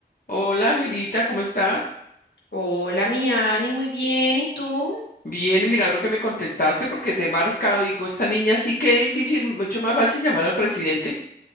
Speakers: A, on the left (about 55°); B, on the left (about 80°).
A: Hola, Angelita, ¿cómo estás?
B: Hola, mi Ani, muy bien. ¿Y tú?
A: Bien, milagro que me contestaste porque te he marcado. Digo, esta niña sí que es difícil, mucho más fácil llamar al presidente.